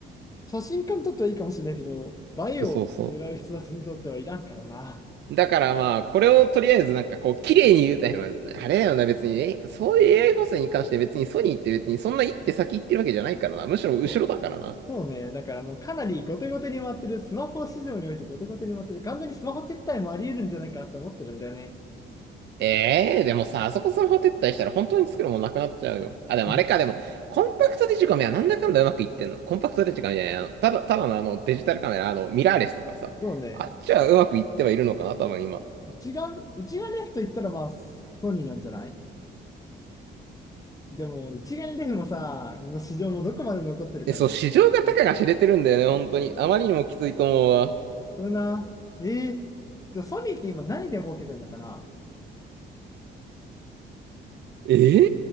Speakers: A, on the left; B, on the right.
A: 写真家にとってはいいかもしれないけど、映えを狙う人たちにとってはいらんからな。
B: そうそう。だからまあ、これをとりあえずなんかこう、綺麗に言うたら、まああれだよな、別に、え、そういう AI 補正に関して別にソニーって別にそんな一手先行ってるわけじゃないからな。むしろ後ろだからな。
A: そう。そうね。だからもうかなり後手後手に回ってる、スマホ市場において後手後手に回ってる、完全にスマホ撤退もあり得るんじゃないかなと思ってるんだよね。
B: ええーでもさ、あそこスマホ撤退したら本当に作るもんなくなっちゃうよ。あ、でもあれか、
A: うん
B: でも、コンパクトデジカメはなんだかんだうまくいってんの。コンパクトデジカメじゃない、あの、ただ、ただのあの、デジタルカメラ、あの、ミラーレスとかさ。
A: そうね。
B: あっちはうまくいってはいるのかな、多分今。
A: 一眼、一眼レフと言ったらまあ、ソニーなんじゃないでも、一眼レフもさ、の市場もどこまで残ってるかだよね。
B: え、そう、市場が高が知れてるんだよね、本当に。
A: うん。
B: あまりにもきついと思うわ。
A: それな。えー、じゃあソニーって今何で儲けてんのかな
B: ええー